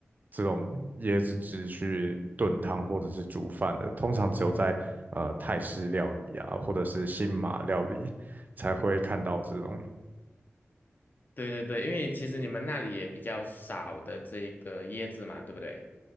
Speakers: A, on the right; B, on the left.
A: 这种椰子汁去炖汤或者是煮饭的，通常只有在呃泰式料理啊，
B: 哦，
A: 或者是新马料理才会看到这种。
B: 对对对，因为其实你们那里也比较少的这个椰子嘛，对不对？